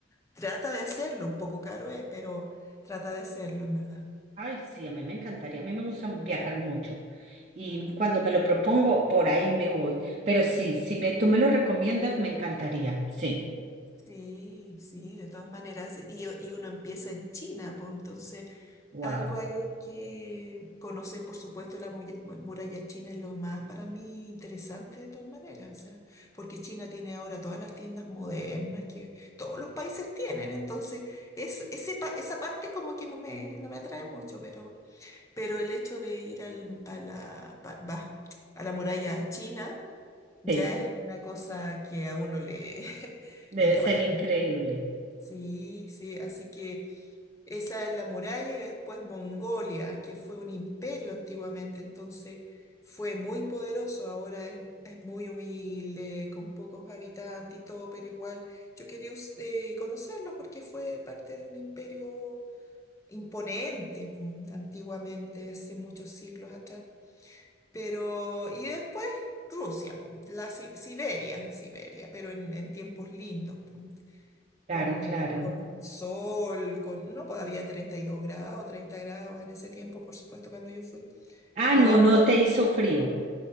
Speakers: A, on the left; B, on the right.
A: Trata de hacerlo, un poco caro es, pero trata de hacerlo, en verdad.
B: Ay, sí, a mí me encantaría, a mí me gusta viajar mucho y
A: Mm,
B: cuando me lo propongo, por ahí me voy. Pero sí, si me- tú me lo recomiendas, me encantaría, sí.
A: sí, sí, de todas maneras. Y, y uno empieza en China, pues entonces
B: Wow,
A: algo ahí hay que conocer, por supuesto, la muya- mu- muralla china es lo más para mí interesante de todas maneras, o sea, porque China tiene ahora todas las tiendas modernas que todos los países tienen, entonces es, ese, pa- esa parte como que no me, no me atrae mucho, pero... pero el hecho de ir al, a la, pa- va, a la muralla china ya
B: sí,
A: es una cosa que a uno le, <laughs>
B: debe
A: le llama
B: ser
A: la atención.
B: increíble.
A: Sí, sí, así que esa es la muralla y después Mongolia, que fue un imperio antiguamente, entonces fue muy poderoso, ahora es, es muy humilde, con pocos habitantes y todo, pero igual yo quería us- eh, conocerlo porque fue parte de un imperio imponente, mm, antiguamente, hace muchos siglos atrás. Pero, y después Rusia, po, la Si- Siberia, Siberia, pero en, en tiempos lindos, po,
B: Claro,
A: con,
B: claro.
A: con sol, con, no, pues había 32 grados, 30 grados en ese tiempo, por supuesto, cuando yo fui.
B: Ah,
A: No
B: no,
A: vamos,
B: no te hizo frío.